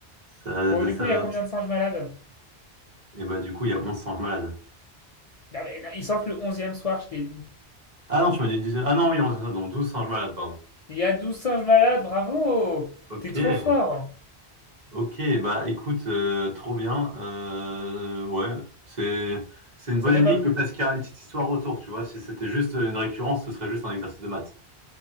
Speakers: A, on the right; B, on the left.
A: ça,
B: Bon, du
A: ça-
B: coup, il y a combien de singes malades
A: Et bah du coup, il y a 11 singes malades.
B: Non, mais non, ils sortent le onzième soir, je t'ai dit.
A: Ah non, tu m'as dit 10... Ah non, oui, 11, donc 12 singes malades, pardon.
B: Il y a 12 singes malades, bravo
A: Ok,
B: T'es trop fort
A: ok, bah écoute, euh, trop bien. Euh, ouais, c'est c'est une
B: Ça
A: bonne
B: t'a
A: énigme
B: pas plu
A: parce qu'il y a une petite histoire autour, tu vois. Si c'était juste une récurrence, ce serait juste un exercice de maths.